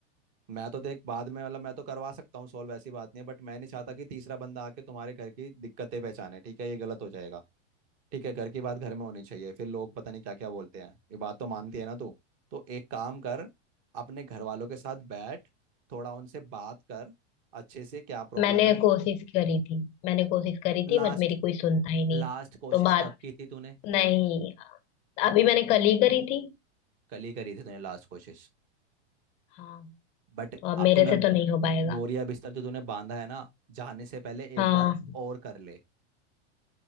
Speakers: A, on the right; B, on the left.
A: मैं तो देख बाद में मतलब मैं तो करवा सकता हूँ सॉल्व ऐसी बात नहीं है बट मैं नहीं चाहता कि तीसरा बंदा आके तुम्हारे घर की दिक्कतें पहचाने ठीक है ये गलत हो जाएगा ठीक है घर की बात घर में होनी चाहिए फिर लोग पता नहीं क्या क्या बोलते हैं ये बात तो मानती है ना तू तो एक काम कर अपने घर वालों के साथ बैठ थोड़ा उनसे बात कर अच्छे से क्या प्रॉब्लम
B: मैंने
A: है
B: कोशिश करी थी मैंने कोशिश करी थी
A: लास्ट
B: बट मेरी कोई सुनता ही नहीं
A: लास्ट कोशिश
B: तो बात
A: कब की थी तूने
B: नहीं अभी मैंने कल ही करी थी
A: कल ही करी थी तूने लास्ट कोशिश
B: हाँ
A: बट
B: तो अब
A: अब
B: मेरे
A: तूने
B: से तो नहीं हो पाएगा
A: बोरिया बिस्तर जो तूने बांधा है ना जाने से पहले
B: हाँ
A: एक बार और कर ले